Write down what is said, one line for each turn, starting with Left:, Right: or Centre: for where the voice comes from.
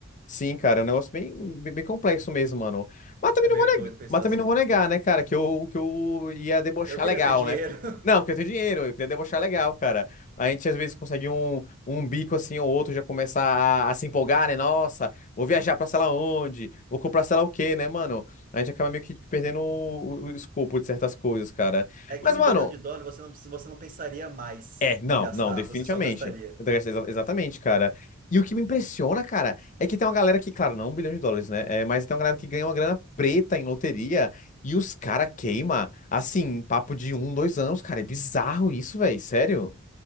Left: Sim, cara, é um negócio bem, bem bem complexo mesmo, mano. Mas também
Right: É meio
Left: não vou negar,
Right: doido pensar
Left: mas também
Right: assim.
Left: não vou negar, né, cara, que eu, que eu ia debochar
Right: Eu queria
Left: legal,
Right: ter dinheiro.
Left: né?
Right: <laughs>
Left: Não, que eu tenho dinheiro, eu queria debochar legal, cara. A gente às vezes consegue um, um bico assim ou outro, já começa a, a se empolgar, né? Nossa, vou viajar pra sei lá onde, vou comprar sei lá o quê, né, mano? A gente acaba meio que perdendo o, o- o escopo de certas coisas, cara.
Right: É que
Left: Mas,
Right: um
Left: mano,
Right: bilhão de dólares você não, precisa- você não pensaria mais
Left: é, não,
Right: em gastar,
Left: não, definitivamente.
Right: você só gastaria.
Left: Exa- exa- Exatamente, cara. E o que me impressiona, cara, é que tem uma galera que, claro, não um bilhão de dólares, né? É, mas tem uma galera que ganha uma grana preta em loteria e os cara queima, assim, papo de um, dois anos, cara. É bizarro isso, velho. Sério.